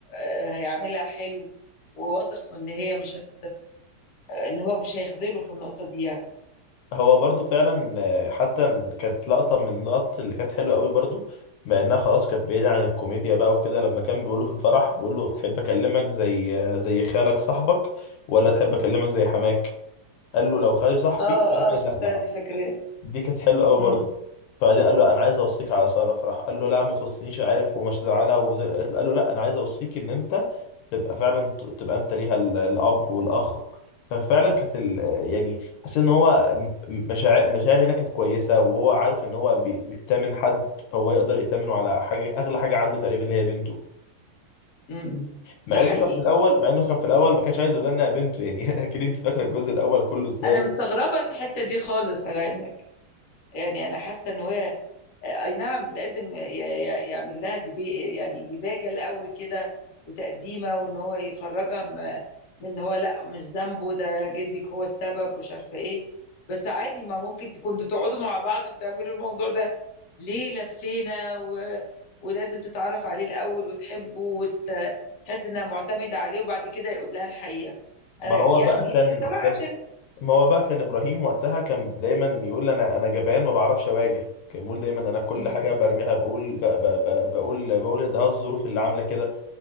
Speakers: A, on the left; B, on the left.
A: آه، هيعملها حلو وواثق من ان هي مش هت... ان هو مش هيخذله في النقطة دي يعني
B: هو برضو فعلا آه، حتى كانت لقطة من اللقط اللي كانت حلوة قوي برضو مع انها خلاص كانت بعيدة عن الكوميديا بقى وكده لما كان بيقوله في الفرح بيقوله تحب اكلمك زي آه، زي خالك صاحبك ولا تحب اكلمك زي حماك قال له لو خالي صاحبي
A: اه
B: كان
A: اه
B: عايز
A: شفتها
B: اخلع
A: دي فكرة
B: دي كانت حلوه قوي برضه
A: امم
B: فبعدين قال له انا عايز اوصيك على ساره فراح قال له لا ما توصينيش عارف ومش زعلها وزي... قال له لا انا عايز اوصيك ان انت تبقى فعلا ت- تبقى انت ليها ال- الاب والاخ ففعلا كانت ال... يعني حسيت ان هو م- مشاعر المشاعر هنا كانت كويسه وهو عارف ان هو بي- بيأتمن حد هو يقدر يأتمنه على حاجه اغلى حاجه عنده تقريبا اللي هي بنته
A: امم
B: مع
A: ده حقيقي
B: انه كان في الاول مع انه كان في الاول ما كانش عايز يقول لنا بنته يعني <laughs> اكيد انت فاكره الجزء الاول كله ازاي
A: انا مستغربه الحته دي خالص على علمك يعني انا حاسه ان هي اي نعم لازم ي- ي- يعمل لها دبي يعني ديباجه الاول كده وتقديمه وان هو يخرجها م- من ان هو لا مش ذنبه ده جدك هو السبب مش عارفه ايه بس عادي ما ممكن ت- كنتوا تقعدوا مع بعض وتعملوا الموضوع ده ليه لفينا و... ولازم تتعرف عليه الاول وتحبه وتحس انها معتمده عليه وبعد كده يقول لها الحقيقه انا
B: ما هو
A: يعني
B: بقى كان
A: طبعا عشان
B: ما هو بقى كان ابراهيم وقتها كان دايما يقول انا انا جبان ما بعرفش اواجه كان بيقول دايما انا كل
A: امم
B: حاجه برميها بقول ب- ب- ب- بقول بقول ان ده الظروف اللي عامله كده